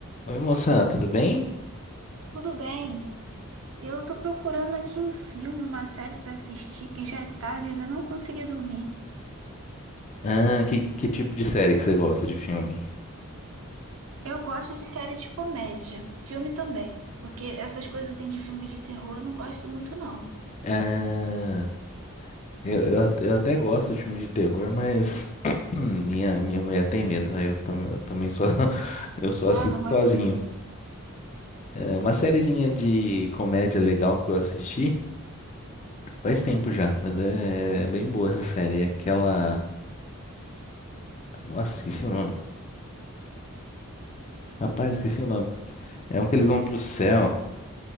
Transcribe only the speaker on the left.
Oi, moça, tudo bem?
Ah, que, que tipo de série que você gosta de filme?
Ah, eu, eu, at- eu até gosto de filme de terror, mas <clears throat> minha, minha mulher tem medo, aí eu, tam- eu também só, <laughs> eu só
assisto
sozinho.
É uma sériezinha de comédia legal que eu assisti faz tempo já, mas é, é bem boa essa série. É aquela. Nossa, esqueci o nome. Rapaz, esqueci o nome. É um que eles vão pro céu,